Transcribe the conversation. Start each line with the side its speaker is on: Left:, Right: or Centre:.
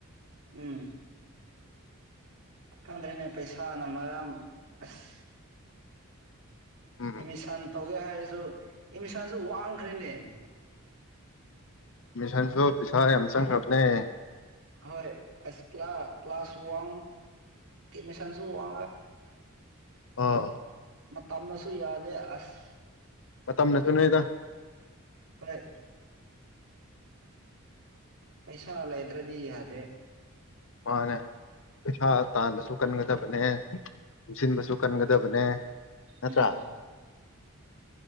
Right: ꯎꯝ ꯈꯪꯗ꯭ꯔꯦꯅꯦ ꯄꯩꯁꯥꯅ ꯃꯌꯝ ꯑꯁ
Left: ꯎꯝ
Right: ꯑꯦꯃꯤꯁꯥꯟ ꯇꯧꯒ ꯍꯥꯏꯔꯁꯨ ꯏꯃꯤꯁꯥꯟꯁꯨ ꯋꯥꯡꯈ꯭ꯔꯦꯅꯦ
Left: ꯃꯤꯁꯟꯁꯨ ꯄꯩꯁꯥ ꯌꯥꯝ ꯆꯪꯈ꯭ꯔꯕꯅꯦ
Right: ꯍꯣꯏ ꯑꯁ ꯀ꯭ꯂ ꯀ꯭ꯂꯥꯁ ꯋꯥ ꯀꯦꯃꯦꯁꯟꯁꯨ ꯋꯥ
Left: ꯑꯣ
Right: ꯃꯇꯝꯅꯁꯨ ꯌꯥꯗꯦ ꯑꯁ
Left: ꯃꯇꯝꯅꯁꯨꯨꯅꯦꯗ
Right: ꯍꯣꯏ ꯄꯩꯁꯥ ꯂꯩꯇꯔ꯭ꯗꯤ ꯌꯥꯗꯦ
Left: ꯃꯥꯅꯦ ꯄꯩꯁꯥ ꯇꯥꯟꯕꯁꯨ ꯀꯟꯒꯗꯕꯅꯦ ꯄꯨꯟꯁꯤꯟꯕꯁꯨ ꯀꯟꯒꯗꯕꯅꯦ ꯅꯠꯇ꯭ꯔꯥ
Right: ꯎꯝ